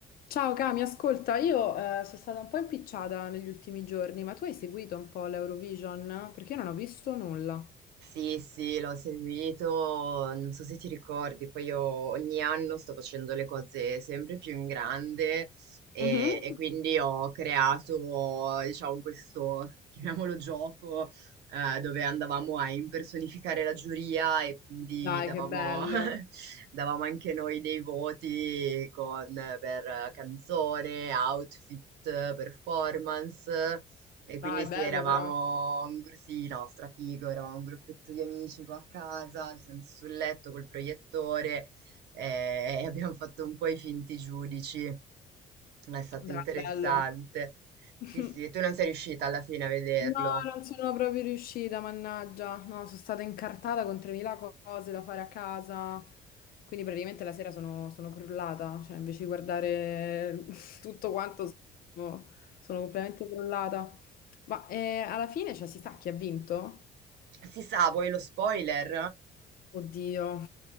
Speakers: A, on the left; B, on the right.
A: Ciao Cami, ascolta, io eh, sono stata un po' impicciata negli ultimi giorni, ma tu hai seguito un po' l'Eurovision? Perché io non ho visto nulla.
B: Sì, sì, l'ho seguito, non so se ti ricordi, poi io ogni anno sto facendo le cose sempre più in grande e,
A: Mhm.
B: e quindi ho creato, diciamo, questo, <laughs> chiamiamolo gioco, eh, dove andavamo a impersonificare la giuria e quindi
A: Dai,
B: davamo,
A: che bello.
B: <laughs> davamo anche noi dei voti con- per canzone, outfit, performance. E
A: Dai,
B: quindi sì,
A: bello
B: eravamo
A: però.
B: un gru- sì, no, strafigo, eravamo un gruppetto di amici qua a casa, ci siamo messi sul letto col proiettore eh, <laughs> e abbiamo fatto un po' i finti giudici. Ma È stato
A: Dai,
B: interessante.
A: bello. <laughs>
B: Sì, sì, tu non sei riuscita alla fine a vederlo.
A: No, non sono proprio riuscita, mannaggia. No, sono stata incartata con 3.000 cose da fare a casa. Quindi praticamente la sera sono, sono crollata. Cioè, invece di guardare <laughs> tutto quanto, sono, sono completamente crollata. Ma eh, alla fine, cioè, si sa chi ha vinto?
B: Si sa, vuoi lo spoiler?
A: Oddio.